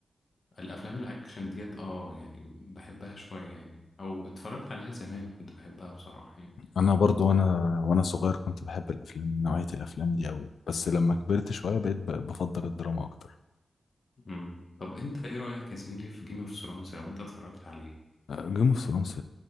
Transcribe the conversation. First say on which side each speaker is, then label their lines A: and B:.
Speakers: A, on the left; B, on the left.
A: الأفلام الأكشن ديت اه يعني بحبها شوية يعني أو اتفرجت عليها زمان كنت بحبها بصراحة يعني
B: انا برضو وانا وانا صغير كنت بحب الافلام نوعية الافلام دي قوي بس لما كبرت شوية بقيت ب- بفضل الدراما اكتر
A: مم. طب انت ايه رأيك يا زميلي في جيم اوف ثرونز لو انت اتفرجت عليه
B: جيم اوف ثرونز